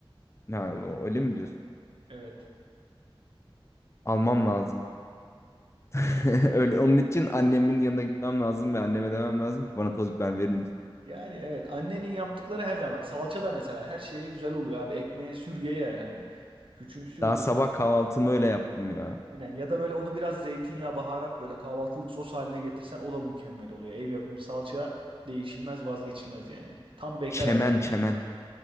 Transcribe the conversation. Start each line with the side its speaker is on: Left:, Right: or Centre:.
Left: Ha, öyle mi diyorsun?
Right: Evet.
Left: Almam lazım. <laughs> Öyle onun için annemin yanına gitmem lazım ve anneme demem lazım ki bana toz biber verir misin?
Right: Yani evet annenin yaptıkları her zaman bak salça da mesela her şeye güzel oluyor abi. Ekmeğe sürgeye yani hani. Küçümsüyoruz.
Left: Daha sabah kahvaltımı öyle yaptım ya.
Right: Aynen ya da böyle onu biraz zeytinyağı, baharat böyle kahvaltılık sos haline getirsen o da mükemmel oluyor. Ev yapımı salça değişilmez, vazgeçilmez yani. Tam bekar
Left: Çemen
Right: er-
Left: çemen.